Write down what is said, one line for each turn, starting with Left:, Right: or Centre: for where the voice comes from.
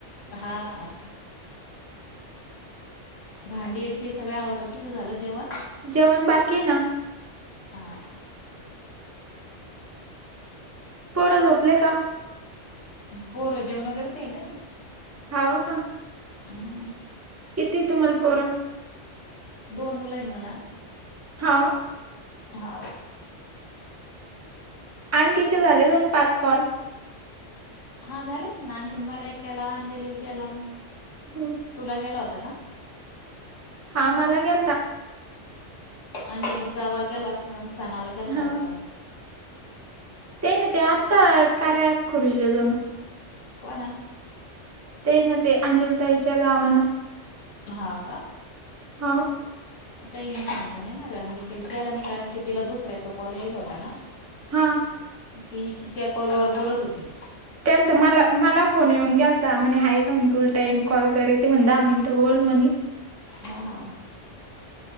Left: हा. भांडी ते सगळं आवरलं तुझं झालं जेवण?
Right: जेवण बाकी ना.
Left: हां
Right: पोर झोपले का?
Left: पोरं जेवणं करतेय गं.
Right: हा का!
Left: हम्म.
Right: किती तुम्हाला पोर?
Left: दोन मुलं येत मला.
Right: हा.
Left: हा.
Right: अटीचे झाले जणू पाच कॉल?
Left: हा झाले असेल ना आणखीन मला एक केला अंजलीला केला,
Right: हम्म
Left: तुला केला हो <unintelligible>
Right: हा मला केलता.
Left: आणि तिच्या जावला केला असल सनाला केला
Right: हा
Left: वाटतं?
Right: ते ना ते आत्ता कार्य ऍप खोलले जणू.
Left: कोण?
Right: ते न ते अंजलीताईच्या जावनं.
Left: हा का!
Right: हा.
Left: काही सांगता नाही येणार गड्या मी तिला केला नाही कारण की तिला दुसऱ्यांचा कॉल येईला होता ना.
Right: हा.
Left: ती कि त्या कॉल वर बोलत होती.
Right: त्यांचा मला मला फोन येऊन ग्यालता, म्हणे हाय का म्हणे तुला टाईम कॉल करते म्हणे दहा मिनटं बोल म्हणे. <inaudible>
Left: हा हा.